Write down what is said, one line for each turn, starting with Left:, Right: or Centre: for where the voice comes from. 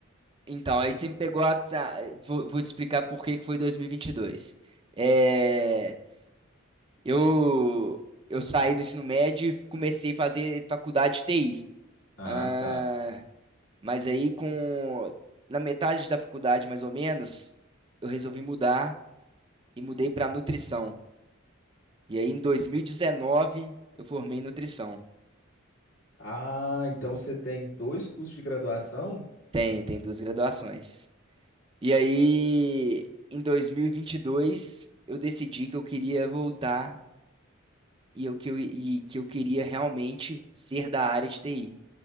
Right: então, aí você me pegou a. tá, vou, vou te explicar por que que foi 2022. É, eu, eu saí do ensino médio e comecei a fazer faculdade de TI.
Left: Ah,
Right: Ah,
Left: tá.
Right: mas aí, com, na metade da faculdade, mais ou menos, eu resolvi mudar e mudei para nutrição. E aí, em 2019, eu formei em nutrição.
Left: Ah, então você tem dois cursos de graduação?
Right: Tenho, tenho duas graduações. E aí, em 2022, eu decidi que eu queria voltar e, eu, que, eu, e que eu queria realmente ser da área de TI.